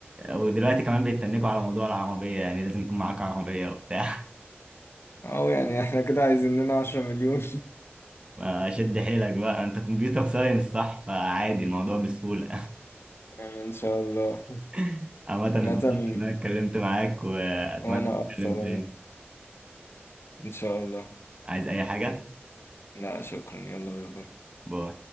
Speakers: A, on the right; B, on the left.
A: ودلوقتي كمان بيتنكوا على موضوع العربية يعني لازم يكون معاك عربية وبتاع
B: أو يعني إحنا كده عايزين لنا عشرة مليون
A: <laughs> شد حيلك بقى انت كمبيوتر ساينس صح فعادي الموضوع بسهولة
B: <laughs> يعني إن شاء الله
A: <laughs> عامة اتبسطت
B: مثلا
A: ان انا اتكلمت معاك واتمنى
B: وأنا
A: نتكلم
B: أكثر والله.
A: تاني
B: إن شاء الله
A: عايز اي حاجة؟
B: لا شكرا يلا باي باي
A: باي